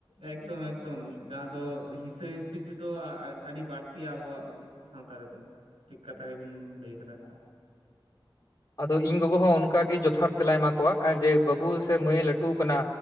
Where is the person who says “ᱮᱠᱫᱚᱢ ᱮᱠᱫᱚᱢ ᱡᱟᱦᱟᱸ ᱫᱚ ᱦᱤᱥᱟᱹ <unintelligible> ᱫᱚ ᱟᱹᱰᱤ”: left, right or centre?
Right